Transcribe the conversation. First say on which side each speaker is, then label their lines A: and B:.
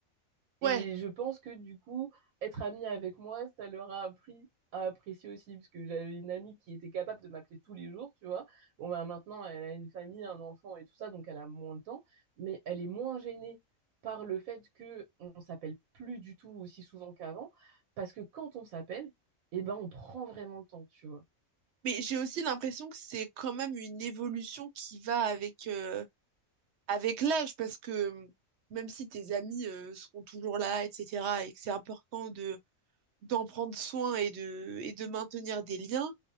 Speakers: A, on the right (about 65°); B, on the right (about 85°).
A: Ouais,
B: Et je pense que du coup, être ami avec moi, ça leur a appris à apprécier aussi, parce que j'avais une amie qui était capable de m'appeler tous les jours, tu vois. Bon, bah, maintenant, elle a une famille, un enfant et tout ça, donc elle a moins de temps, mais elle est moins gênée par le fait que on s'appelle plus du tout aussi souvent qu'avant, parce que quand on s'appelle, eh ben, on prend vraiment le temps, tu vois.
A: mais j'ai aussi l'impression que c'est quand même une évolution qui va avec euh, avec l'âge, parce que mm, même si tes amis euh, seront toujours là, etc., et que c'est important de d'en prendre soin et de et de maintenir des liens